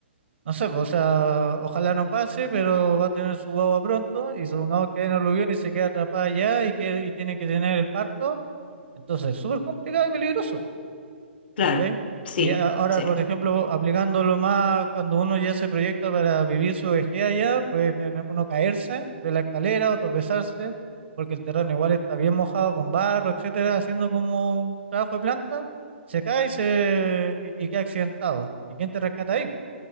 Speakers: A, on the right (about 65°); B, on the left (about 50°).
A: no sé, pues, o sea, ojalá no pase, pero va a tener su guagua pronto y supongamos que hay un aluvión y se queda atrapada allá y, que, y tiene que tener el parto. Entonces, es súper complicado y peligroso,
B: Claro,
A: ¿cachai?
B: sí,
A: Y a- ahora,
B: sí,
A: por ejemplo, aplicándolo más cuando uno ya se proyecta para vivir su vejez allá, puede tener- uno caerse de la escalera o tropezarse, porque el terreno igual está bien mojado con barro, etcétera, haciendo como un trabajo de planta, se cae y, se, y, y queda accidentado. ¿Y quién te rescata ahí?